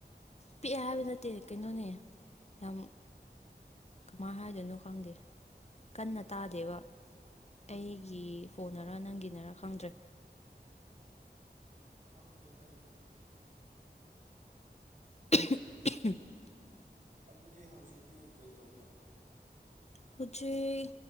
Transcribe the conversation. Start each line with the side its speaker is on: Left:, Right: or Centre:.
Left: ꯄꯤꯛꯑꯦ ꯍꯥꯏꯕ ꯅꯠꯇꯦ ꯀꯩꯅꯣꯅꯦ ꯌꯥꯝ ꯀꯃꯥꯏ ꯍꯥꯏꯗꯣꯏꯅꯣ ꯈꯪꯗꯦ ꯀꯟꯅ ꯇꯥꯗꯦꯕ ꯑꯩꯒꯤ ꯐꯣꯟꯅꯔ
Right: ꯑꯣ
Left: ꯅꯪꯒꯤꯅꯔꯥ ꯈꯪꯗ꯭ꯔꯦ
Right: <inaudible>
Left: <unintelligible>
Right: ꯑꯗꯨꯗꯤ ꯍꯧꯖꯤꯛꯇꯤ ꯀꯩ ꯇꯧꯒꯦ
Left: ꯍꯨꯖꯤꯛ